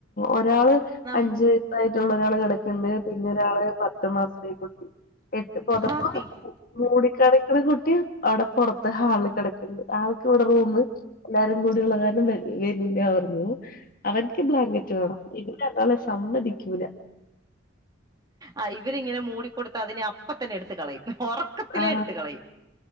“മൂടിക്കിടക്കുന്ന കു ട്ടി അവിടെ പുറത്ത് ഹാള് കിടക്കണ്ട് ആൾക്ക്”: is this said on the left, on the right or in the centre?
Left